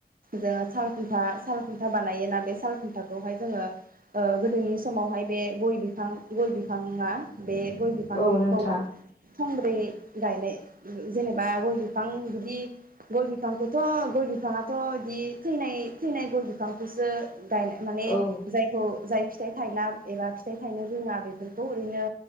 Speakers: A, on the right (about 55°); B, on the left (about 80°).
A: जोङो साल फिफा साल खुनथा बानायोना बे साल खुनथाखौ बेखौहाय जोङो ओ गोदोनि समावहाय बे गय बिफां गय बिफाङा बे गय बिफांनिखौ
B: औ नोंथां
A: थंब्रै गायनाय जेनेबा गय बि बिफां बिदि गय बिफांखौथ' गय बि बिफाङाथ' बिदि थैनाय थैनाय गय बिफांखौसो गायनाय माने
B: औ
A: जायखौ जाय फिथाइ थायला एबा फिथाइ थायनो रोङा बेफोरखौ ओरैनो